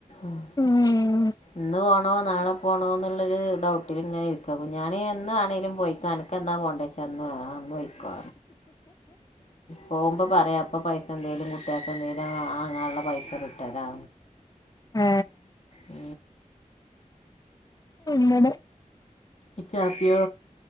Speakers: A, on the left (about 55°); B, on the left (about 30°).
A: ആഹ
B: ഉം
A: ഇന്ന് പോണോ നാളെ പോണോ എന്നുള്ളൊരു ഡൗട്ടിൽ ഇങ്ങനെ ഇരിക്ക ഞൻ എന്നാണേങ്കിലും പോയിക്കൻ എന്നാ പോണ്ടേയിക്ക പോവുമ്പോൾ പറയാം അപ്പം പൈസ എന്തേലും കുട്ടികൾക്ക് എന്തേങ്കലും അങ്ങാനുള്ള പൈസ ഇറ്റരാ
B: ആ
A: ഉ
B: അങ്ങാണ്
A: ഇഥാപിയ